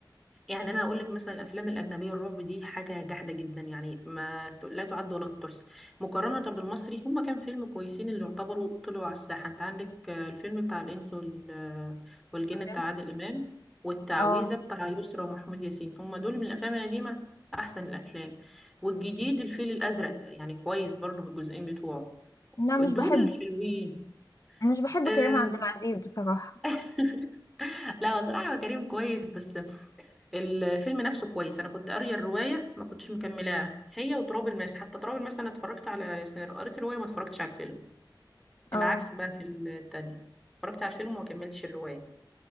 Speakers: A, in the centre; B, on the left.
A: يعني انا اقول لك مثلا الافلام الاجنبيه الرعب دي حاجه جحده جدا يعني ما ت- لا تعد ولا تحصى مقارنه بالمصري هما كام فيلم كويسين اللي يعتبروا طلعوا على الساحه انت عندك آه، الفيلم بتاع الانس وال- آه، والجن
B: والنمس-
A: بتاع عادل امام والتعويذه
B: اه
A: بتاع يسرا ومحمود ياسين هما دول من الافلام القديمه احسن الافلام والجديد الفيل الازرق يعني كويس برضو بالجزئين بتوعه
B: لا مش
A: دول
B: بحب
A: حلوين
B: مش بحب
A: آه،
B: كريم عبد العزيز بصراحه
A: <laughs> لا هو صراحة هو كريم كويس بس الفيلم نفسه كويس انا كنت قاريه الروايه ما كنتش مكملاها هي وتراب الماس حتى تراب الماس انا اتفرجت على قريت الروايه ما اتفرجتش على الفيلم
B: اه
A: العكس بقى في التانية اتفرجت على الفيلم وما كملتش الروايه